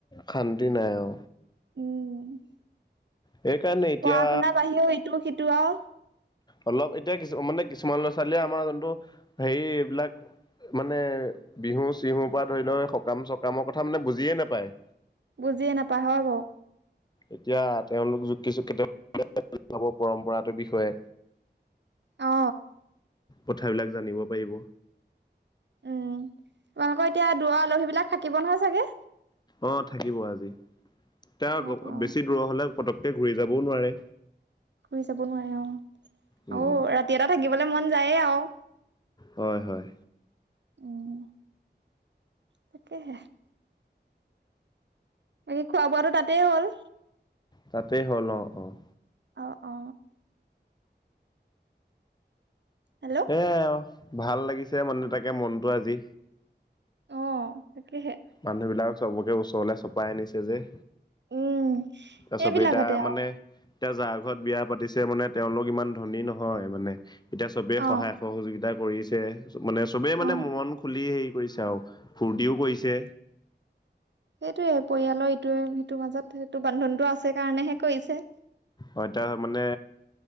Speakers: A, on the left; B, on the right.
A: শান্তি নাই অ।
B: উম
A: সেইকাৰণে এতিয়া
B: পঢ়া শুনাৰ বাহিৰেও ইটো সিটো আও
A: অলপ এতিয়া কিছু মানে কিছুমান ল'ৰা ছোৱালীয়ে আমাৰ যোনটো হেৰি এইবিলাক মানে বিহু চিহুৰ পৰা ধৰি লও সকাম চকামৰ কথা মানে বুজিয়ে নেপায়
B: বুজিয়ে নাপায় হয় বাও
A: এতিয়া তেওঁলোক য কিছু ক্ষেত্ৰত পাব পৰম্পৰাটোৰ বিষয়ে।
B: অ।
A: কথাবিলাক জানিব পাৰিব।
B: উম' তোমালোকৰ এতিয়া দূৰৰ আলহী বিলাক থাকিব নহয় চাগে।
A: অ থাকিব আজি এ
B: অ অ
A: বেছি দূৰ হলে পটককৈ ঘূৰি যাবও নোৱাৰে।
B: ঘুৰি যাব নোৱাৰে অ
A: উম
B: আৰু ৰাতি এটা থাকিবলে মন যায়ে আৰু
A: হয়, হয়।
B: উম, তাকেহে। বাকি খোৱা বোৱাটো তাতেই হ'ল।
A: তাতে হ'ল অ, অ'
B: অ অ হেল্ল'
A: হে আও ভাল লাগিছে মানে তাকে মনটো আজি
B: অ তাকেহে
A: মানুহ বিলাকক চবকে ওচৰলৈ চপাই আনিছে যে
B: উম
A: ত চব
B: এইবিলাকতে
A: এটা
B: আৰু
A: মানে এতিয়া যাৰ ঘৰত বিয়া পাতিছে মানে তেওঁলোক ইমান ধনী নহয় মানে। এতিয়া চবে
B: অ
A: সহায় সহযোগিতা কৰিছে মানে চবেই মানে
B: অ
A: মন খুলি হেৰি কৰিছে আৰু ফূৰ্তিও কৰিছে।
B: সেইটোৱে পৰিয়ালৰ ইটোৱে সিটোৰ মাজত সেইটো বান্ধনটো আছে কাৰণেহে কৰিছে
A: হয় তাৰমানে